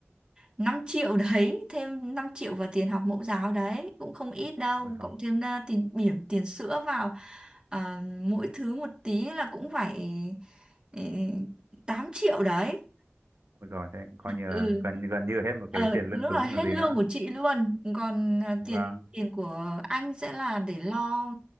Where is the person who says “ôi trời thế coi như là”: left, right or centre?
Right